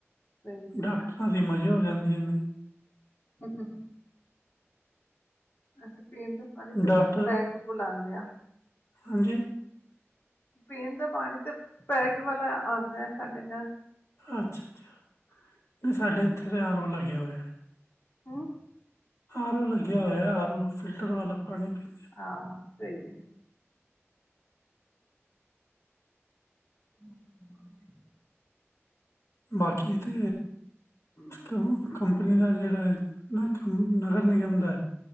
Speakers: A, on the left (about 50°); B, on the left (about 75°).
A: ਸਹੀ ਸਹੀ
B: ਡਾਕਟਰ ਦੇ ਮਜ਼ੇ ਹੋ ਜਾਂਦੀਆਂ ਨੇ।
A: ਹੂੰ- ਹੂੰ। ਅਸੀਂ ਪੀਣ ਦਾ ਪਾਣੀ ਤੇ
B: ਡਾਕਟਰ
A: ਪੈਕਡ ਪੁਪ ਲਾਂਦੇ ਆਂ।
B: ਹਾਂਜੀ,
A: ਪੀਣ ਦਾ ਪਾਣੀ ਤਾਂ ਪੈਕਡ ਵਾਲਾ ਆਂਦਾ ਐ ਸਾਡੇ ਘਰ।
B: ਅੱਛਾ- ਅੱਛਾ, ਨਹੀਂ ਸਾਡੇ ਇੱਥੇ ਤਾਂ ਆਰ ਓ ਲੱਗਿਆ ਹੋਇਆ।
A: ਹੂੰ,
B: ਆਰੋ ਲੱਗਿਆ ਹੋਇਆ, ਆਰੋ ਫਿਲਟਰ ਵਾਲਾ ਪਾਣੀ ਪੀਂ
A: ਹਾਂ, ਸਹੀ ਏ। <inaudible>
B: ਬਾਕੀ ਤੇ ਸਿਸਟਮ ਕੰਪਨੀ ਦਾ ਜਿਹੜਾ ਐ। ਹੂੰ, ਨਗਰ ਨਿਗਮ ਦਾ